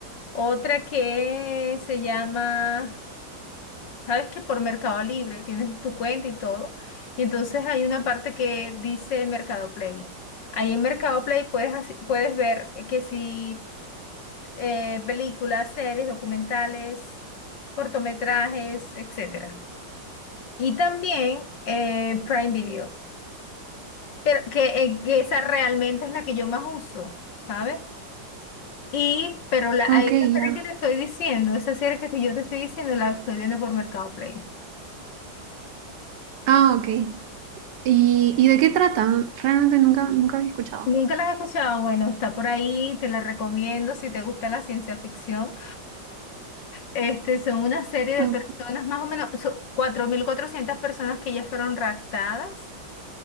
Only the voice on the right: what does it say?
Ok,
ya.
Ah, ok. ¿Y, y de qué tratan? Realmente nunca, nunca había escuchado.
O-